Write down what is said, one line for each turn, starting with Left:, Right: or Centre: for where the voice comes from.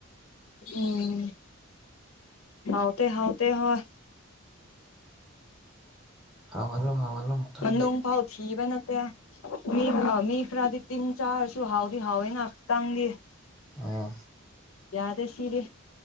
Left: ꯎꯝ ꯍꯥꯎꯇꯦ ꯍꯥꯎꯇꯦ ꯍꯣꯏ
Centre: ꯍꯥꯍꯜꯂꯣ ꯍꯍꯜꯂꯣ ꯃꯊꯪꯗꯤ
Left: ꯃꯅꯨꯡ ꯐꯥꯎ ꯊꯤꯕ ꯅꯠꯇꯦ ꯃꯤ ꯃꯤ ꯈꯔ꯭ꯗꯤ ꯇꯤꯟ ꯆꯥꯁꯨ ꯍꯥꯎꯗꯤ ꯍꯋꯦꯅ ꯆꯥꯡꯂꯤ <inaudible>
Centre: ꯎꯝ
Left: ꯌꯥꯗꯦ ꯁꯤꯗꯤ